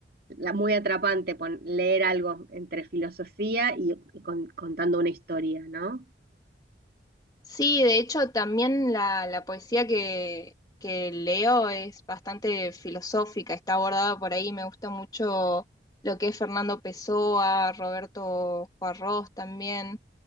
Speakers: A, on the right; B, on the left.
A: la, muy atrapante pon- leer algo entre filosofía y, y con- contando una historia, ¿no?
B: Sí, de hecho también la, la poesía que, que leo es bastante filosófica, está abordada por ahí, me gusta mucho lo que es Fernando Pessoa, Roberto Juarros también.